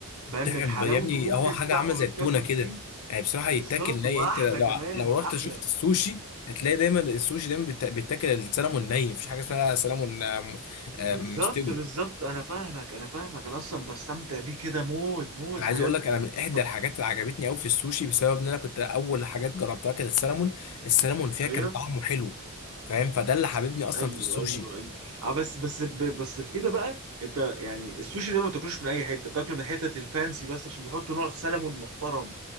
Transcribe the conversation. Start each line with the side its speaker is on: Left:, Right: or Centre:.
Right: فاهم
Left: طعم
Right: من حلاوته
Left: يا ابني
Right: ممكن
Left: هو حاجة
Right: تقعد
Left: عاملة زي التونة
Right: تاكل
Left: كده
Right: فيه
Left: يعني بصراحة يتاكل
Right: بالظبط
Left: ني
Right: واحلى
Left: انت لو
Right: كمان
Left: لو
Right: احلى
Left: رحت شفت السوشي هتلاقي دايما السوشي دايما بيتا- بيتاكل السلمون ني مفيش حاجة اسمها سلمون آم،
Right: بالظبط
Left: آم، مستوي
Right: بالظبط انا فاهمك انا فاهمك انا اصلا بستمتع بيه كده موت موت
Left: انا
Right: بجد
Left: عايز اقول لك انا من احدى
Right: طب
Left: الحاجات اللي عجبتني قوي في السوشي بسبب ان انا كنت اول حاجات جربتها كانت السلمون السلمون فيها
Right: ايوه
Left: كان طعمه حلو فاهم فده اللي حببني اصلا
Right: ايوه
Left: في السوشي
Right: ايوه ايوه آه بس بس ب- بس في كده بقى انت يعني السوشي ده ما بتاكلوش من اي حته بتاكله من حتة الفانسي بس عشان بيحطوا نوع سلمون محترم